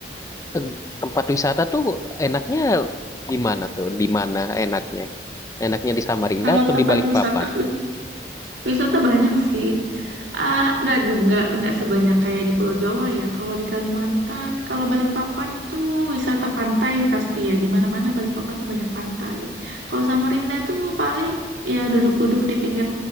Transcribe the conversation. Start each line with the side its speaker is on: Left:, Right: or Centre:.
Left: eh, tempat wisata tuh enaknya gimana tuh? Di mana enaknya? Enaknya di Samarinda
Right: kalau
Left: atau
Right: tempat
Left: di Balikpapan?
Right: wisata Wisata banyak sih. Ah, nggak juga nggak nggak sebanyak kayak di Pulau Jawa ya. Kalau di Kalimantan, kalau Balikpapan itu wisata pantai pasti ya. Di mana-mana Balikpapan tuh banyak pantai. Kalau Samarinda itu paling ya duduk-duduk di pinggir